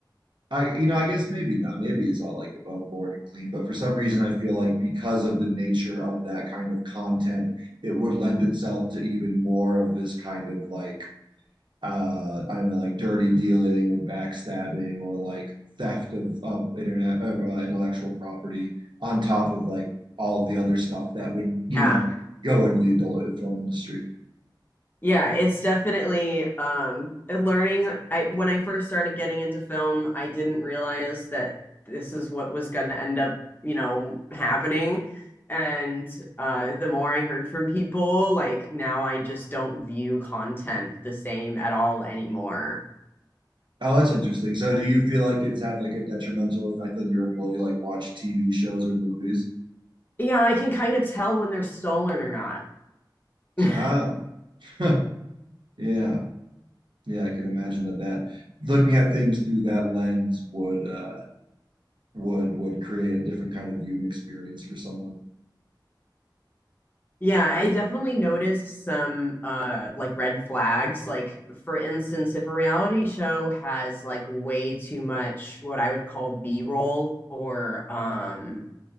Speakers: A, on the right (about 70°); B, on the left (about 25°).
A: I you know, I guess maybe not. Maybe it's all like above board and clean, but for some reason I feel like because of the nature of that kind of content, it would lend itself to even more of this kind of like uh, I don't know, like dirty dealing or backstabbing or like theft of of internet of uh, intellectual property on top of like all the other stuff that would,
B: Yeah.
A: you know, go into the adult film industry.
B: yeah it's definitely um learning i when i first started getting into film i didn't realize that this is what was going to end up you know happening and uh the more i heard from people like now i just don't view content the same at all anymore
A: Oh, that's interesting. So do you feel like it's had like a detrimental effect on your ability to like watch TV shows or movies?
B: yeah i can kind of tell when they're stolen or not <laughs>
A: Oh, <laughs> yeah. Yeah, I can imagine that that looking at things through that lens would uh would would create a different kind of viewing experience for someone.
B: Yeah, I definitely noticed some uh like red flags. Like for instance, if a reality show has like way too much what I would call B-roll or um